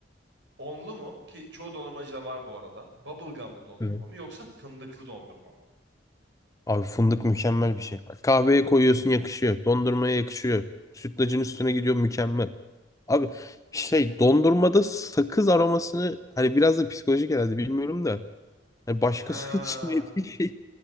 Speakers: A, on the right (about 65°); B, on the left (about 20°).
A: Onlu mu? Ki çoğu dondurmacıda var bu arada. Bubble gumlı dondurma
B: hı.
A: mı yoksa fındıklı dondurma mı?
B: Abi fındık mükemmel bir şey. Kahveye koyuyorsun yakışıyor. Dondurmaya yakışıyor. Sütlacın üstüne gidiyor mükemmel. Abi şey dondurmada sakız aromasını hani biraz da psikolojik herhalde bilmiyorum da. Hani başkası
A: Ha.
B: <laughs> için yediği şey,